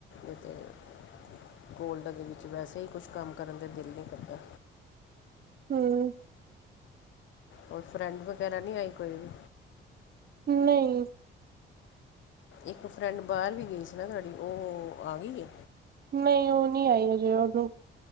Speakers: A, on the left (about 70°); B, on the right (about 50°).
A: ਏ ਤੇ ਹੈ, ਕੋਲਡ ਦੇ ਵਿੱਚ ਵੈਸੇ ਹੀ ਕੁਛ ਕੰਮ ਕਰਨ ਦੇ ਦਿਲ ਨਈ ਕਰਦਾ
B: ਹੂ
A: ਹੋਰ ਫਰੈਂਡ ਵਗੈਰਾ ਨਹੀਂ ਆਈ ਕੋਈ ਵੀ
B: ਨਹੀਂ
A: ਇੱਕ ਫਰੈਂਡ ਬਾਹਰ ਵੀ ਗਈ ਸੀ ਨਾ ਤੁਹਾਡੀ ਉਹ ਆ ਗਈ ਏ
B: ਨਹੀਂ ਉਹ ਨਹੀਂ ਆਈ ਅਜੇ ਉਹਨੂੰ